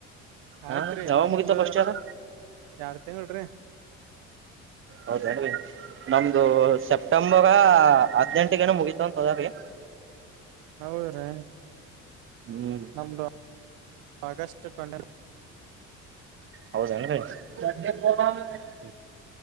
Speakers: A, on the right; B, on the right.
A: ಹಾ
B: ಆಯ್ತ್ರಿ
A: ಯಾವಾಗ
B: ಇನ್ನೊಂದ
A: ಮುಗಿತವ ಫಸ್ಟ್ ಇಯರ್
B: ಯಾರ್ ತಿಂಗ್ರಿ.
A: ಹೌದೇನು ನಮ್ದು ಸೆಪ್ಟೆಂ ಇವಾಗ ಹದ್ನೆಂಟ್ಗೇನ ಮುಗಿತವ್ <unintelligible>
B: ಹೌದ್ರ
A: ಹ್ಮ್
B: ನಮ್ದು ಆಗಸ್ಟ್. ಚ್ಚಕೊಂಡ
A: ಹೌದೆನ್ರಿ <unintelligible>